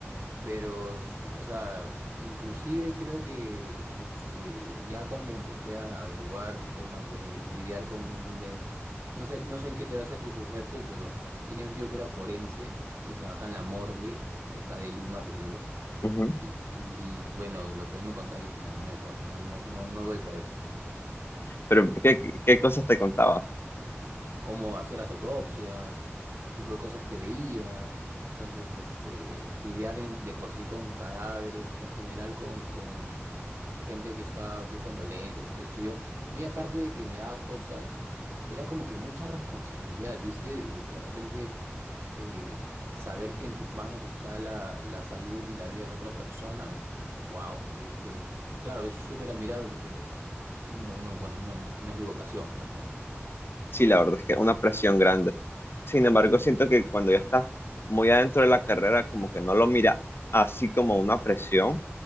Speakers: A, on the right; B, on the left.
A: Pero, s- o sea, inclusive creo que este, ya cuando empecé a averiguar el tema, pues de lidiar con un montón de... No sé, no sé en qué te vas a especializar tú, pero yo tenía un tío que era forense y él trabajaba en la morgue de acá de Lima, Perú.
B: Ujú.
A: Y, y- y, bueno, lo que él me contaba dije, no, no hay forma, no, no, no, no doy para esto.
B: Pero ¿por ¿qué, qué cosas te contaba?
A: Cómo hacía las autopsias, el tipo de cosas que veía. Entonces, este, lidiar en- de por sí con cadáveres o en general con, con gente que está pues con dolencias o qué sé yo, muy aparte de que me daba cosas, era como que mucha responsabilidad, ¿viste? De, de repente eh, saber que en tus manos está la, la salud y la vida de otra persona, wow, yo dije, claro, es súper admirable, pero no, no, bueno, no, no es mi vocación, pues, ¿no?
B: Sí, la verdad es que una presión grande. Sin
A: Sí,
B: embargo, siento que cuando ya estás muy adentro de la carrera, como que no lo mira así como una presión,